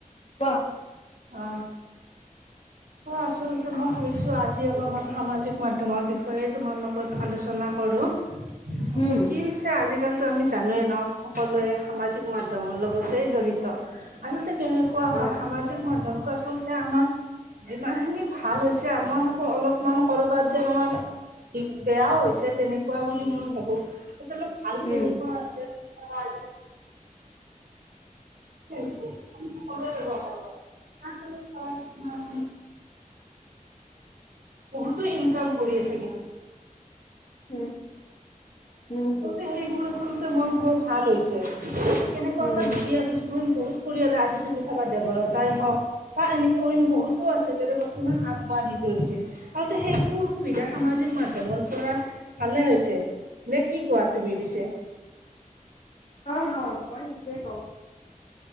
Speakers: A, on the left; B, on the right.
A: কোৱা।
B: অ। আচলতে মই ভাবিছো আজি অলপমান সামাজিক মাধ্যমৰ বিষয়ে তোমাৰ লগত আলোচনা, কৰো
A: উম
B: টো কি হৈছে, আজিকালি আমি জানোৱেই ন সকলোৱে সামাজিক মাধ্যমৰ লগতে জড়িত আলতে, তেনেকুৱা হয়
A: অ
B: সামাজিক মাধ্যম আচলতে, আমাৰ যিমান খিনি ভাল হৈছে, আমাৰকো অলপমান কৰবাত যেন আমাৰ কিযে আ ও হৈছে তেনেকুৱা বুলি মই ভাবো। আচল ভাল কেনেকুৱা
A: উম
B: আছে কনেকা। হাৰ <unintelligible> ক চ <unintelligible> জ বহুতো ইনকাম কৰি আছে কিন্তু।
A: উম উম উম
B: সেইবোৰ আচলতে মোৰ বত ভাল হৈছে। কেনেকুৱা
A: উম।
B: কৈ দুখীয়া কিছুখন গৈ পৰিয়ালে আজি তুমি চাবা দেবলতাই হক তাই হওক বা এনেকে অইন বহুত আছে বৰ্তমান আগবাঢ়ি গৈছে আ সেইবোৰ সুবিধা সামাজিক মাধ্যমপৰা, ভালে হৈছে নে কি কোৱা তুমি পিছে,
A: অ হা মই সেই টো এই কওঁ